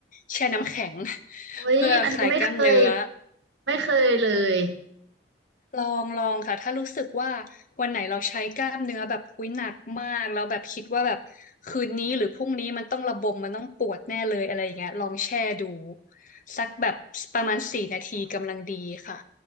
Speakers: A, on the left (about 45°); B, on the right (about 75°).
A: แช่น้ำแข็ง <laughs>
B: โอ้ยอันนี้ไม่เคย
A: เพื่อคลายกล้ามเนื้อ
B: ไม่เคยเลย
A: ลองลองค่ะถ้ารู้สึกว่าวันไหนเราใช้กล้ามเนื้อแบบอุ้ยหนักมากแล้วแบบคิดว่าแบบคืนนี้หรือพรุ่งนี้มันต้องระบมมันต้องปวดแน่เลยอะไรอย่างเงี้ยลองแช่ดูสักแบบประมาณสี่นาทีกำลังดีค่ะ